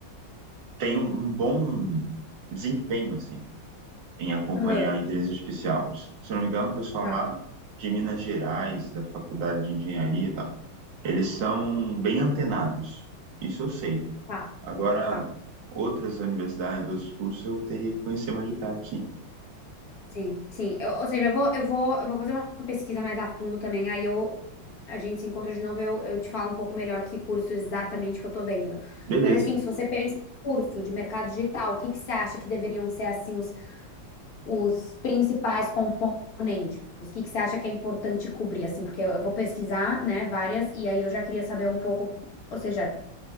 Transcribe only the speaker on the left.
Aham,
Tá,
tá,
tá.
Sim, sim. Eu- ou seja, eu vou, eu vou, eu vou fazer uma pesquisa mais a fundo também, aí eu, a gente se encontra de novo, eu, eu te falo um pouco melhor que curso exatamente que eu tô vendo.
Mas assim, se você pensa em curso de mercado digital, o que que você acha que deveriam ser assim os, os principais componentes? O que que você acha que é importante cobrir, assim? Porque eu, eu vou pesquisar, né, várias, e aí eu já queria saber um pouco, ou seja,